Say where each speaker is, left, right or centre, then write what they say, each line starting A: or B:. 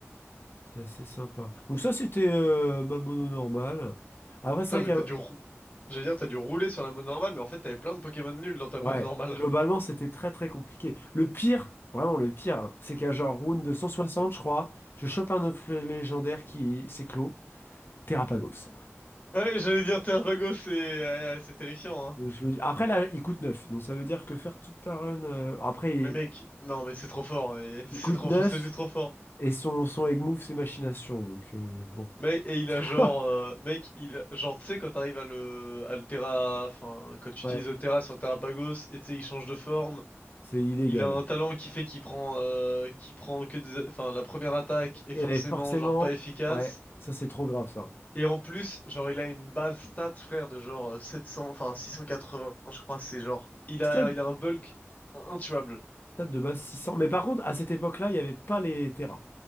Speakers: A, on the left; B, on the left.
A: C'est assez sympa. Donc ça, c'était euh, ma mono normale. Après,
B: Putain,
A: c'est
B: mais
A: vrai que,
B: t'as dû rou... J'allais dire, t'as dû rouler sur la mode normale, mais en fait, t'avais plein de Pokémon nuls dans ta
A: ouais,
B: mode normale.
A: globalement,
B: <laughs>
A: c'était très très compliqué. Le pire, vraiment le pire, hein, c'est qu'à genre round de 160, je crois, je chope un œuf légendaire qui s'éclot, Terrapagos.
B: Ouais, j'allais dire Tervago, c'est ouais, ouais, c'est terrifiant, hein.
A: Donc, je me dis- Après, là, il coûte 9. donc ça veut dire que faire toute ta run... euh, Après, il,
B: Mais mec, non, mais c'est trop fort, et <laughs>
A: il
B: c'est
A: coûte
B: trop
A: 9
B: fort, c'est juste trop fort.
A: et son, son egg move, c'est machination, donc euh, bon.
B: Mec, et il a genre,
A: <laughs>
B: euh, mec, il, genre, tu sais, quand t'arrives à le, à le Terra, enfin, quand tu
A: Ouais,
B: utilises le Terra sur Terrapagos, et tu sais, il change de forme,
A: c'est illégal.
B: il a un talent qui fait qu'il prend, euh, qu'il prend que des, enfin, la première attaque est
A: Et
B: forcément,
A: forcément,
B: genre, pas efficace.
A: ouais, ça c'est trop grave ça.
B: Et en plus, genre, il a une base stat, frère, de genre euh, 700, enfin 680, je crois, c'est genre. Il a,
A: Stade,
B: il a un bulk intuable.
A: stade de base 600. Mais par contre, à cette époque-là, il n'y avait pas les terras.